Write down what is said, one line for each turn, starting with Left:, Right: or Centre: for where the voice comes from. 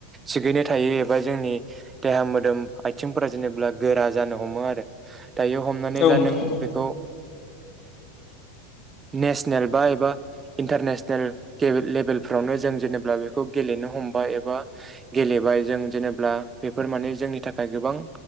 Right: थिगैनो थायो एबा जोंनि देहा मोदोम आथिंफोरा जेनेब्ला गोरा जानो हमो आरो। दायो हमनानै
Left: औ
Right: ला
Left: नोंथां
Right: नों
Left: औ
Right: बेखौ नेसनेल बा एबा इन्टारनेसनेल लेभेलफ्रावनो जों जेनेबा बेखौ गेलेनो हमबाय एबा गेले बाय जों जेनेब्ला बेफोर माने जोंनि थाखाय गोबां